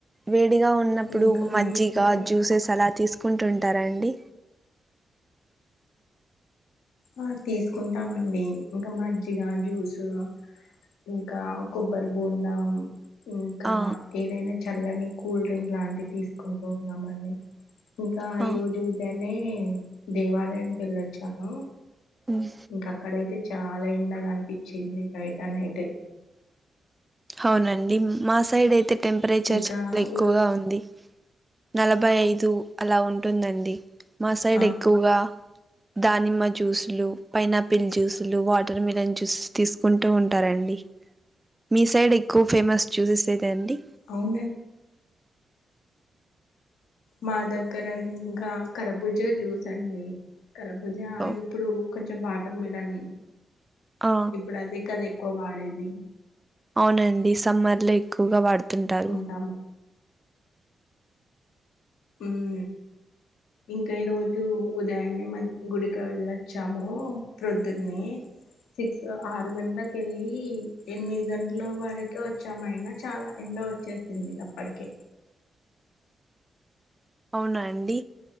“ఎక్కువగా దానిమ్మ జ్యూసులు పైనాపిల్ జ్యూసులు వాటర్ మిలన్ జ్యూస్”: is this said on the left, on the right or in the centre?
Right